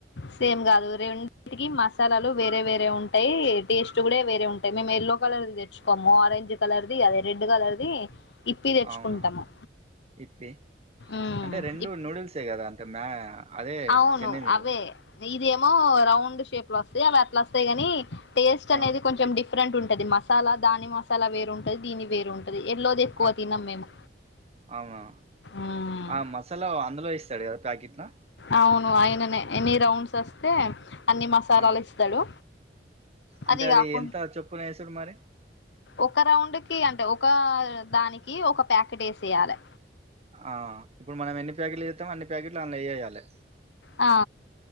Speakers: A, on the left; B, on the right.
A: సేమ్ కాదు రెండికి మసాలాలు వేరే వేరే ఉంటాయి టేస్ట్ కూడా వేరే ఉంటాయి మేము ఎల్లో కలర్ తె తెచ్చుకోము ఆరెంజ్ కలర్ ది అదే రెడ్ కలర్ ది ఇప్పి తెచ్చుకుంటాము
B: అవునా ఇప్పి
A: ఉమ్
B: అంటే రెండు
A: ఇప్
B: నూడిల్సే కదా అంటే మ్యా అదే
A: అవును
B: చెందింది
A: అవే ఇదేమో రౌండ్ షేప్ లో వస్తాయి అవి అట్లా వస్తాయి ని టేస్ట్ అనేది
B: ఆ
A: కొంచెం డిఫ డిఫరెంట్ ఉంటది మసాలా దాని మసాలా వేరుంటది దీని వేరు ఉంటది ఎల్లోది ఎక్కువ
B: ఆ,
A: తినము మేము
B: అవునా
A: ఉమ్
B: ఆ మసాలా అందులో ఇస్తాడు కదా ప్యాకెట్లో
A: అవును ఆయననే ఎన్ని రౌండ్స్ వస్తే అన్ని మసాలాలు
B: ఆ
A: ఇస్తాడు
B: అంటే
A: అది కాకుం
B: ఎంత చొప్పున వేసుడు మరి
A: ఒక రౌండ్ కి అంటే ఒక దానికి ఒక ప్యాకెట్ వేసేయాలి
B: ఆ ఇప్పుడు మనం ఎన్ని ప్యాకెట్లు ఎస్తామో అన్ని ప్యాకెట్లు దానిలో వేయాలి
A: ఆ